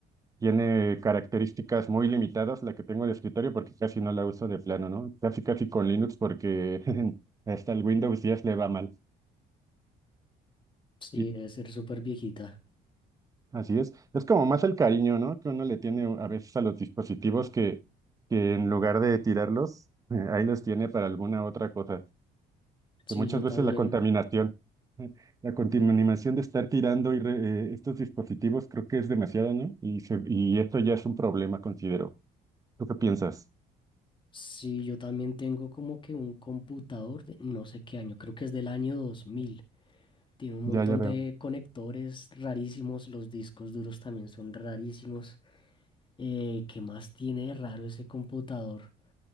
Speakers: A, on the right (about 20°); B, on the left (about 30°).
A: tiene características muy limitadas la que tengo de escritorio porque casi no la uso de plano, ¿no? Casi casi con Linux porque <laughs> hasta el Windows 10 le va mal.
B: Sí,
A: Y
B: debe ser súper viejita.
A: así es. Es como más el cariño, ¿no? Que uno le tiene a veces a los dispositivos que, que en lugar de tirarlos, <laughs> eh, ahí los tiene para alguna otra cosa.
B: Sí,
A: Que muchas
B: yo
A: veces
B: también.
A: la contaminación, <laughs> eh, la contaminación de estar tirando y re- eh, estos dispositivos creo que es demasiada, ¿no? Y, se- y esto ya es un problema, considero. ¿Tú qué piensas?
B: Sí, yo también tengo como que un computador de no sé qué año, creo que es del año dos mil Tiene un
A: Ya,
B: montón
A: ya veo.
B: de conectores rarísimos, los discos duros también son rarísimos. Eh, ¿qué más tiene de raro ese computador?